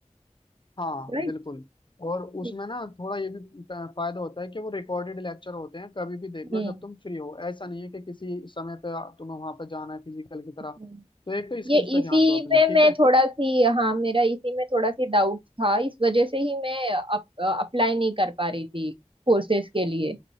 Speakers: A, on the left (about 40°); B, on the right (about 45°).
A: हाँ
B: राइट
A: बिल्कुल और
B: ठीक
A: उसमें ना
B: है
A: थोड़ा ये भी ट- फायदा होता है कि वो रिकॉर्डेड लेक्चर होते हैं कभी भी देख लो
B: हम्म
A: जब तुम फ्री हो ऐसा नहीं है कि किसी समय पे आ- तुम्हें वहां पे जाना है फिजिकल की तरह
B: हम्म।
A: तो एक तो स्किल्स
B: ये
A: पे
B: इसी
A: ध्यान दो अपनी
B: में
A: ठीक
B: मैं
A: है
B: थोड़ा सी हाँ मेरा इसी में थोड़ा सी डाउट था इस वजह से ही मैं अप, अप्लाई नहीं कर पा रही थी कोर्सेज के लिए